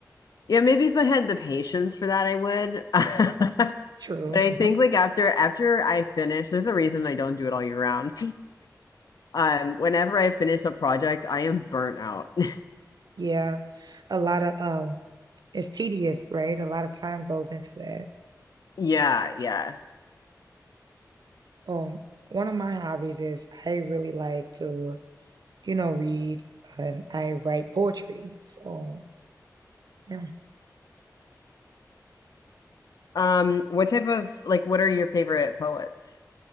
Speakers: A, on the left (about 65°); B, on the right (about 80°).
A: Yeah, maybe if I had the patience for that, I would. <laughs>
B: True.
A: But I
B: <laughs>
A: think like after after I finish, there's a reason I don't do it all year round. Um, whenever I finish a project, I am burnt out. <laughs>
B: Yeah. A lot of um it's tedious, right? A lot of time goes into that.
A: Yeah, yeah.
B: Um one of my hobbies is I really like to, you know, read and I write poetry. So, yeah.
A: Um, what type of like what are your favorite poets